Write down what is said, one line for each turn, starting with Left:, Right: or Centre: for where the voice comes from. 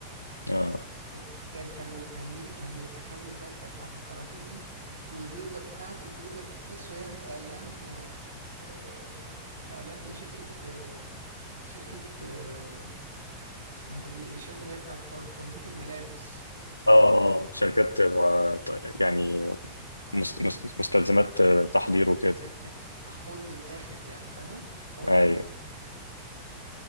Left: اه
Right: كان اسمه بلال كان وكان يجي كان يبقى كوي البدلة بتاعت الكاراتيه دي وبيضة بتاعته بيضة تحسه يعمل إعلان آه، آه، إعلان لشركة آه، شركة آه، اسمها إيه دي الشركة اللي هي بتاعت تنظيف الملابس
Left: اه آه، شركات مع- يعني مس- مس- مستلزمات آه، تحضير وكده
Right: يعني كان يفتح حوض للآخر يعني فاهم حوض
Left: ايوه